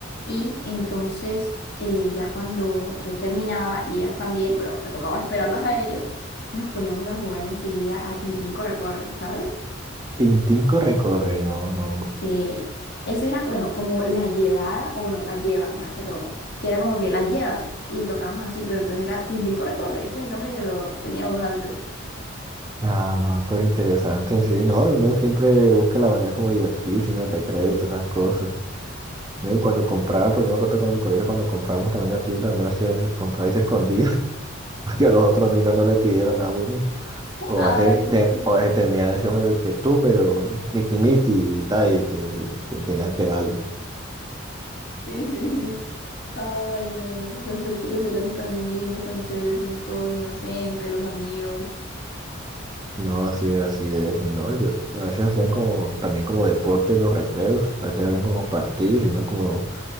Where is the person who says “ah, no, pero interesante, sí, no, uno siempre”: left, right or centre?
Right